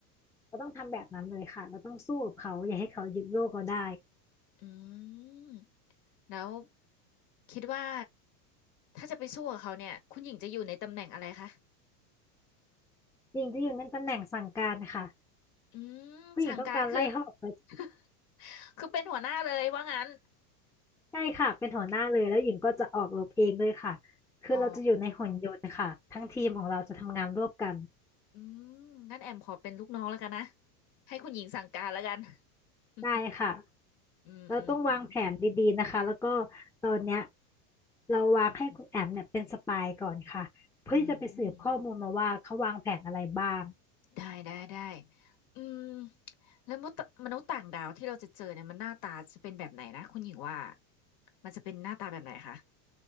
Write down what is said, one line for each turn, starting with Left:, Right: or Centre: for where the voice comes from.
Centre: เราต้องทำแบบนั้นเลยค่ะ เราต้องสู้กับเขาอย่าให้เขายึดโลกเราได้
Left: อืมแล้วคิดว่าถ้าจะไปสู้กับเขาเนี่ยคุณหญิงจะอยู่ในตำแหน่งอะไรคะ
Centre: หญิงจะอยู่ในตำแหน่งสั่งการค่ะ
Left: อืมสั่งการคือ
Centre: ผู้หญิงต้องการไล่เขาออกไป
Left: <laughs> คือเป็นหัวหน้าเลยว่างั้น
Centre: ใช่ค่ะเป็นหัวหน้าเลยแล้วหญิงก็จะออกรบเองด้วยค่ะคือเราจะอยู่ในหุ่นยนต์ค่ะทั้งทีมของเราจะทำงานร่วมกัน
Left: อ๋ออืมงั้นแอมขอเป็นลูกน้องแล้วกันนะให้คุณหญิงสั่งการแล้วกัน
Centre: ได้ค่ะ
Left: <laughs> อืมอืมอืม
Centre: เราต้องวางแผนดีๆนะคะแล้วก็ตอนเนี้ยเราวางให้คุณแอมเนี่ยเป็นสปายก่อนค่ะเพื่อที่จะไปสืบข้อมูลมาว่าเขาวางแผนอะไรบ้าง
Left: อืมอืมได้ได้ได้อืมแล้วมนุษย์มนุษย์ต่างดาวที่เราจะเจอเนี่ยมันหน้าตาจะเป็นแบบไหนนะคุณหญิงว่ามันจะเป็นหน้าตาแบบไหนคะ